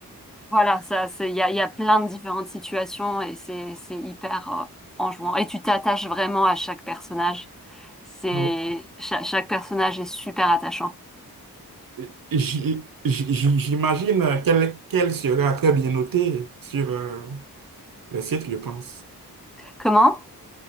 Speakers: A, in the centre; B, on the right.
A: voilà, ça, c'est, il y a, il y a plein de différentes situations et c'est, c'est hyper euh, enjouant. Et tu t'attaches vraiment à chaque personnage. C'est,
B: ouais.
A: cha- chaque personnage est super attachant.
B: J- j- j- J'imagine qu'elle qu'elle sera très bien notée sur euh, le site, je pense.
A: Comment?